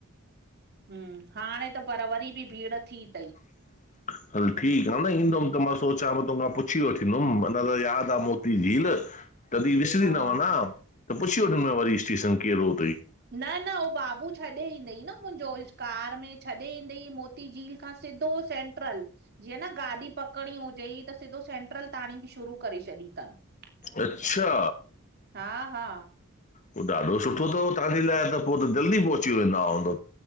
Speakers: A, on the right; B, on the left.
A: हम, हाणे त पर वरी बि भीड़ थी तई।
B: <inaudible> हल ठीकु आ न। ईंदुमि त मां सोचां पो तोखां पुछी वठंदुमि अञा त यादि आहे मोती झील। तॾहिं विसरी
A: हा
B: न वञा, त पुछी वठंदुमि वरी स्टेशन केरु तई।
A: न न, उहो बाबू छॾे ईंदई न मुंहिंजो कार में छॾे ईंदई मोती मोतीझील खां सिधो सेंट्रल। जीअं न गाॾी पकड़ी हुजेई त सिधो सेंट्रल ता हाणे बि शुरू करे छॾी अथनि।
B: अच्छा।
A: हा, हा।
B: पोइ ॾाढो सुठो अथव, तव्हांजे लाइ त पोइ त जल्दी पहुची वेंदा हूंदो।